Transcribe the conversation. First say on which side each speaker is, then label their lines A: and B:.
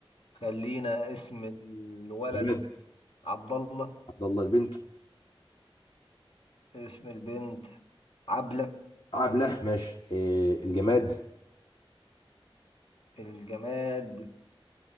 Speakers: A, on the left (about 80°); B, on the left (about 65°).
A: خلينا اسم الولد
B: الولد
A: عبد الله
B: عبد الله البنت
A: اسم البنت عبلة
B: عبله ماشي إيه؟ الجماد
A: الجماد